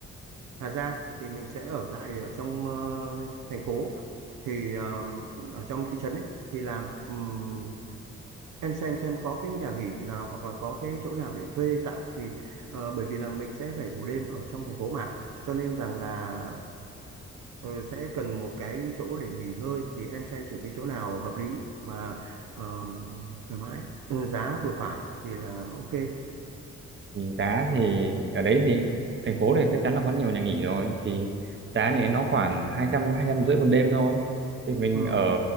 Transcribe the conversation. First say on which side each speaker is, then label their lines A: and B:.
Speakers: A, on the right; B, on the right.
A: Hà Giang thì mình sẽ ở lại ở trong ờ, thành phố thì ờ, ở trong thị trấn ấy thì là ừm, em xem xem có cái nhà nghỉ nào hoặc là có cái chỗ nào để thuê tạm thì ờ, bởi vì là mình sẽ phải ngủ đêm ở trong thành phố mà cho nên rằng là ờ, sẽ cần một cái chỗ để nghỉ ngơi thì em xem thử cái chỗ nào hợp lý mà ờ, thoải mái ừ, giá vừa phải thì là ok
B: thì giá thì ở đấy thì thành phố thì chắc chắn là có nhiều nhà nghỉ rồi thì giá thì nó khoảng hai trăm hai trăm rưỡi một đêm thôi thì mình
A: ừ,
B: ở